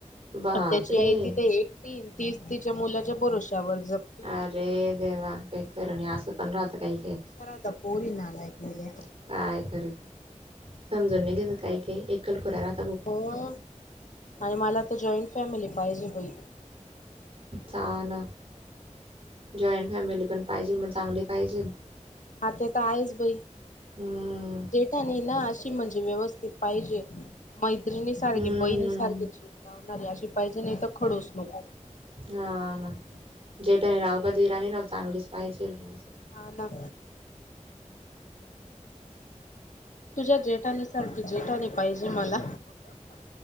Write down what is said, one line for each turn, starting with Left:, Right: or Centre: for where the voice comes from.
Right: बापरे!
Left: आ त्याची आई तिथ एकटी. न तीच तिच्या मुलाच्या भरोश्यावर जगतीये.
Right: अरे देवा! काय खर नाही. असं पण राहत काही.
Left: अशा राहता पोरी नालायक मेल्या.
Right: काय खरं? समजून बी नाही घेत काही काही. एकल खोऱ्या राह -
Left: म. आणि मला त जॉईंट फॅमिली पाहिजे बाई.
Right: चा ना जॉईंट फॅमिली पण पाहिजे. पण चांगली पाहिजेल.
Left: आ ते तर आहेच बाई.
Right: हं,
Left: जेठानी ना अशी म्हणजे व्यवस्थित पाहिजे. मैत्रिणी सारखी,
Right: हं.
Left: बहीणी सारखी जीव लावणारी अशी पाहिजे. नाही तर खडूस नको.
Right: हा ना. जेठाणी राहो कि देवरानी राहो चांगलीच पाहिजेल पण अस.
Left: हा ना. तुझ्या जेठानी सारखी जेठानी पाहिजे मला.